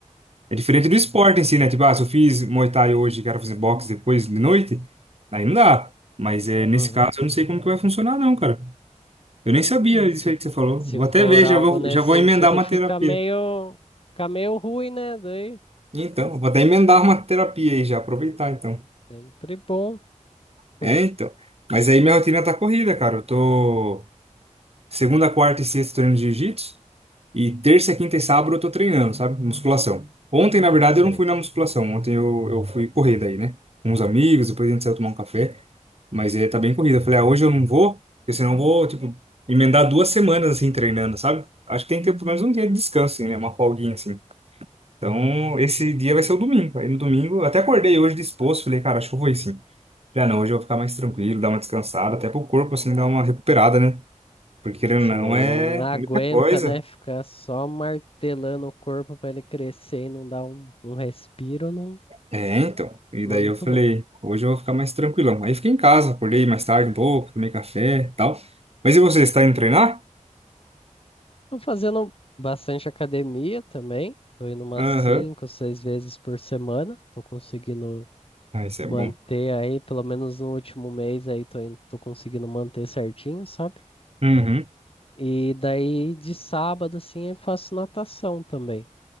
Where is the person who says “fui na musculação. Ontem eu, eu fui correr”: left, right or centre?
Right